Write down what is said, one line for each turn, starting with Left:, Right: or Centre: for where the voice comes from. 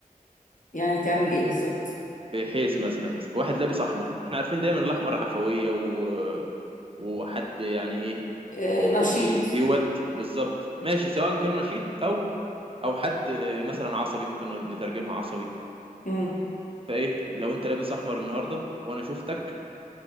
Left: يعني تعمل ايه بالظبط
Right: بحيث مثلا مثلا واحد لابس احمر احنا عارفين دايما الاحمر عفويه و... وحد يعني ايه
Left: آه نشيط
Right: بي... بي... بيودي بالظبط ماشي سواء كان نشيط او او حد مثلا عصبي ممكن نترجمها عصبي
Left: امم
Right: فايه لو انت لابس احمر النهارده وانا شفتك